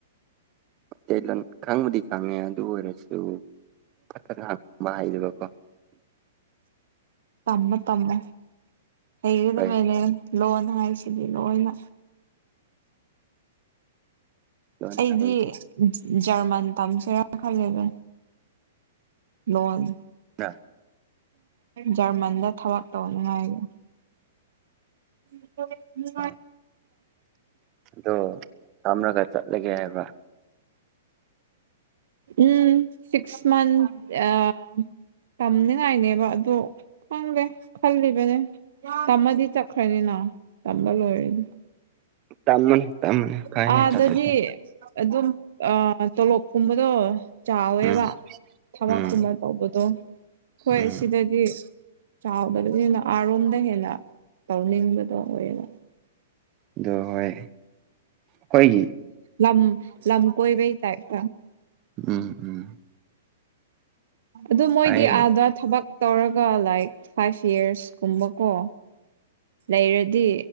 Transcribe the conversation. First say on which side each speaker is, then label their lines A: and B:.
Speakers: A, on the right (about 35°); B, on the right (about 70°).
A: ꯇꯦꯂꯟ ꯈꯪꯕꯨꯗꯤ ꯈꯪꯉꯦ ꯑꯗꯨ ꯑꯣꯏꯔꯁꯨ ꯐꯠ ꯐꯠ ꯉꯥꯡ ꯕꯍꯥꯏꯖꯨꯒꯀꯣ
B: ꯇꯝꯃꯣ ꯇꯝꯃꯣ ꯍꯩꯒꯗꯕꯅꯦ
A: ꯍꯣꯏ
B: ꯂꯣꯟ ꯍꯥꯏꯕꯁꯤꯗꯤ ꯂꯣꯏꯅ
A: ꯂꯣꯟ
B: ꯑꯩꯗꯤ
A: ꯍꯥꯏꯕꯁꯤ
B: ꯖꯔꯃꯟ ꯇꯝꯁꯦꯔꯥ ꯈꯜꯂꯤꯕꯟ ꯂꯣꯟ
A: ꯅ
B: ꯖꯔꯃꯟꯗ ꯊꯕꯛ ꯇꯧꯅꯤꯉꯥꯏꯒꯤ <unintelligible>
A: ꯑ ꯑꯗꯣ ꯇꯝꯔꯒ ꯆꯠꯂꯒꯦ ꯍꯥꯏꯕ꯭ꯔꯥ
B: ꯎꯝ ꯁꯤꯛꯁ ꯃꯟ ꯑꯥ ꯇꯝꯅꯤꯉꯥꯏꯅꯦꯕ ꯑꯗꯣ ꯈꯪꯗꯦ ꯈꯜꯂꯤꯕꯅꯦ ꯇꯝꯃꯗꯤ ꯆꯞ ꯈꯥꯔꯤꯅꯥꯎ ꯇꯝꯕ ꯂꯣꯏꯔꯅꯤ
A: ꯇꯝꯃꯅꯤ ꯇꯝꯃꯅꯤ ꯀꯥꯏꯟꯅꯦ
B: ꯑꯥꯗꯗꯤ
A: ꯆꯠꯄꯩꯗꯣ
B: ꯑꯗꯨꯝ ꯑꯥ ꯇꯣꯂꯣꯞꯀꯨꯝꯕꯗꯣ ꯆꯥꯎꯋꯦꯕ
A: ꯎꯝ
B: ꯊꯕꯛꯀꯨꯝꯕ
A: ꯎꯝ
B: ꯇꯧꯕꯗꯣ ꯈꯣꯏ
A: ꯎꯝ
B: ꯁꯤꯗꯗꯤ ꯆꯥꯎꯗꯕꯅꯤꯅ ꯑꯔꯣꯝꯗ ꯍꯦꯟꯅ ꯇꯧꯅꯤꯡꯕꯗꯣ ꯑꯣꯏꯌꯦꯕ
A: ꯗꯣ ꯍꯣꯏ ꯈꯣꯏꯒꯤ
B: ꯂꯝ ꯂꯝ ꯀꯣꯏꯕꯩ ꯇꯥꯏꯞꯇ
A: ꯎꯝ ꯎꯝ
B: ꯑꯗꯨ ꯃꯣꯏꯗꯤ
A: ꯐꯩ
B: ꯑꯥꯗ ꯊꯕꯛ ꯇꯧꯔꯒ ꯂꯥꯏꯛ ꯐꯥꯏꯚ ꯑꯤꯌꯔꯁ ꯀꯨꯝꯕꯀꯣ ꯂꯩꯔꯗꯤ